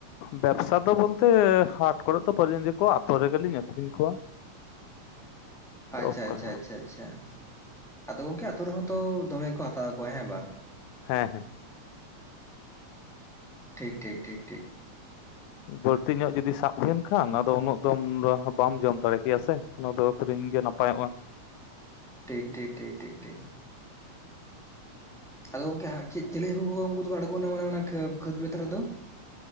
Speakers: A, on the left; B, in the centre.
A: ᱵᱮᱵᱽᱥᱟ ᱫᱚ ᱵᱚᱞᱛᱮ ᱦᱟᱴ ᱠᱚᱨᱮ ᱫᱚ ᱯᱟᱹᱞᱤᱧ <unintelligible> ᱤᱫᱤ ᱠᱚᱣᱟ ᱟᱛᱳ ᱨᱮᱜᱮᱞᱤᱧ ᱟᱹᱠᱷᱨᱤᱧ ᱠᱚᱣᱟ᱾
B: ᱟᱪᱪᱷᱟ
A: ᱚᱠᱟ
B: ᱪᱷᱟ ᱪᱷᱟ ᱪᱷᱟ ᱟᱫᱚ ᱜᱚᱝᱠᱮ ᱟᱹᱛᱳ ᱨᱮᱦᱚᱸ ᱛᱚ ᱫᱚᱢᱮ ᱠᱚ ᱦᱟᱛᱟᱣ ᱠᱚᱣᱟ ᱦᱮᱸ ᱵᱟᱝ?
A: ᱦᱮᱸ ᱦᱮᱸ᱾
B: ᱴᱷᱤᱠ ᱴᱷᱤᱠ ᱴᱷᱤᱠ ᱴᱷᱤᱠ᱾
A: ᱵᱟᱹᱲᱛᱤ ᱧᱚᱜ ᱡᱩᱚᱫᱤ ᱥᱟᱵ ᱦᱩᱭᱮᱱ ᱠᱷᱟᱱ, ᱟᱫᱚ ᱩᱱᱟᱹᱜ ᱫᱚ ᱵᱟᱢ ᱡᱚᱢ ᱫᱟᱲᱮ ᱠᱮᱭᱟ ᱥᱮ᱾ ᱱᱚᱣᱟ ᱫᱚ ᱟᱹᱠᱷᱤᱨᱤᱧ ᱜᱮ ᱱᱟᱯᱟᱭᱚᱜᱼᱟ᱾
B: ᱴᱷᱤᱠ ᱴᱷᱤᱠ ᱴᱷᱤᱠ ᱴᱷᱤᱠ ᱴᱷᱤᱠ᱾ ᱟᱫᱚ ᱜᱚᱝᱠᱮ ᱪᱮᱫ ᱪᱤᱞᱤ ᱦᱟᱹᱠᱩ ᱠᱚ ᱠᱚ ᱩᱱᱠᱩ ᱫᱚᱠᱚ ᱟᱬᱜᱚᱱᱟ ᱢᱟᱱᱮ ᱚᱱᱟ ᱠᱷᱟᱹᱛ ᱵᱟᱹᱛ ᱨᱮᱫᱚ?